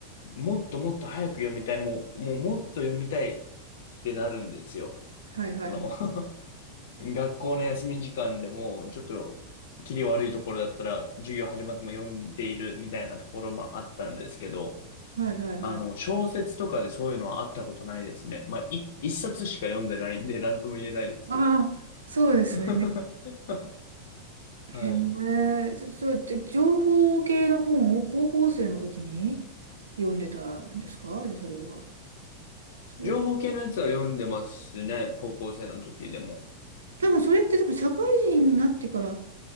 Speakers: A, on the left; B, on the right.
A: う、もっともっと早く読みたい、もう、もうもっと読みたいってなるんですよ。
B: はいはいはい。
A: その <laughs> 学校の休み時間でも、ちょっと、切り悪いところだったら、授業始まっても読んでいるみたいなところもあったんですけど、
B: はいはいはい。
A: あの、小説とかでそういうのはあったことないですね。まあ、い、一冊しか読んでないんで、なんとも言えないですけど。
B: ああ、そうですね。
A: <laughs> はい。
B: へえ、ちょそう、で、情報系の本を高校生の時に読んでたんですかで、それは。それ、
A: 情報系のやつは読んでますね。高校生の時でも。
B: 多分それって多分社会人になってから